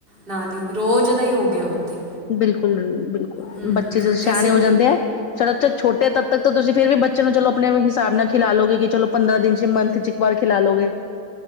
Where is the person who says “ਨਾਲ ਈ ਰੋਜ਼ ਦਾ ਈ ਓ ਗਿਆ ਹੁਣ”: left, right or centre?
Right